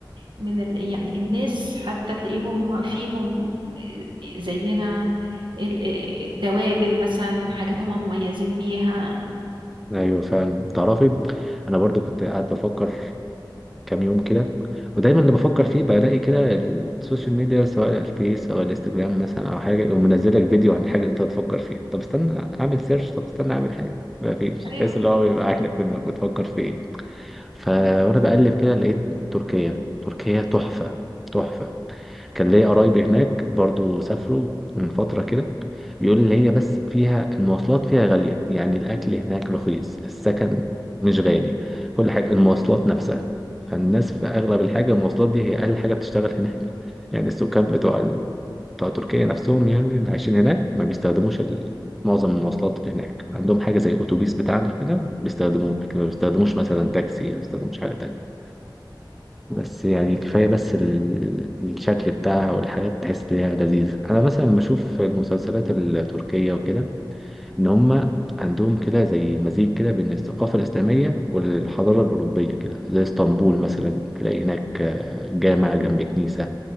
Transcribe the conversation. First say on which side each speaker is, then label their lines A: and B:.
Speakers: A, on the right; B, in the centre.
A: من ال... يعني الناس حتى تلاقيهم فيهم زينا ال- التوابل مثلا حاجات هم مميزين بيها
B: ايوه فعلا تعرفي انا برضو كنت قاعد بفكر كام يوم كده ودايما اللي بفكر فيه بلاقي كده السوشيال ميديا سواء الفيس او الانستجرام مثلا او حاجه يقوم منزل لك فيديو عن حاجه انت هتفكر فيها طب استنى اعمل سيرش طب استنى اعمل حاجه ما فيش
A: ايوه
B: تحس اللي هو بيبقى عارف انك بتفكر في ايه فوانا بقلب كده لقيت تركيا تركيا تحفة تحفة كان ليا قرايبي هناك برضو سافروا من فترة كده بيقول لي هي بس فيها المواصلات فيها غالية يعني الأكل هناك رخيص السكن مش غالي كل حاجة المواصلات نفسها فالناس في أغلب الحاجة المواصلات دي هي أقل حاجة بتشتغل هناك يعني السكان بتوع بتوع تركيا نفسهم يعني اللي عايشين هناك ما بيستخدموش ال- معظم المواصلات اللي هناك عندهم حاجة زي الأتوبيس بتاعنا كده بيستخدموه لكن ما بيستخدموش مثلا تاكسي ما بيستخدموش حاجة تانية بس يعني كفاية بس ال- الشكل بتاعها والحاجات تحس إن هي لذيذة أنا مثلا بشوف المسلسلات التركية وكده إن هما عندهم كده زي مزيج كده بين الثقافة الإسلامية والحضارة الأوروبية كده زي اسطنبول مثلا تلاقي هناك آه، جامع جنب كنيسة